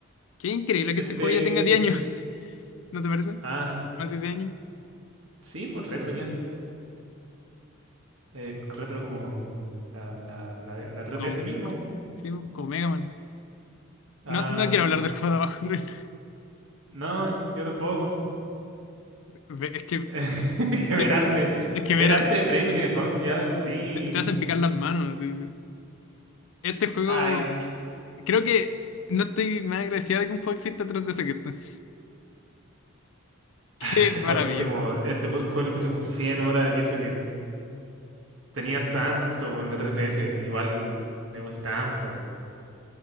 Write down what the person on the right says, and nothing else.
Este,
¿Mm?
ah,
sí, pues retro ya. Es retro como la, la, la, la 3DS
mismo.
Ah,
mm,
no, yo tampoco.
<laughs> Que
ver arte.
Ver
arte
de Bravely Default ya de por sí.
Ay, que-
este
juego le puse como, este pu- juego le puse como cien horas y eso que tenía tanto en la 3DS, igual le puse tanto.